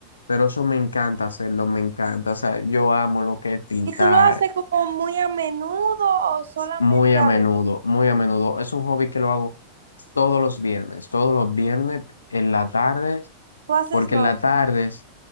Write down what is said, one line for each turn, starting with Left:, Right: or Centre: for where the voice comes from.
Left: pero eso me encanta hacerlo, me encanta, o sea, yo amo lo que es pintar
Right: ¿Y tú lo haces como muy a menudo o solamente
Left: muy a
Right: a
Left: menudo,
Right: veces?
Left: muy a menudo, es un hobby que lo hago todos los viernes, todos los viernes en la tarde
Right: Tú haces
Left: porque
Right: snorkeling.
Left: en las tardes,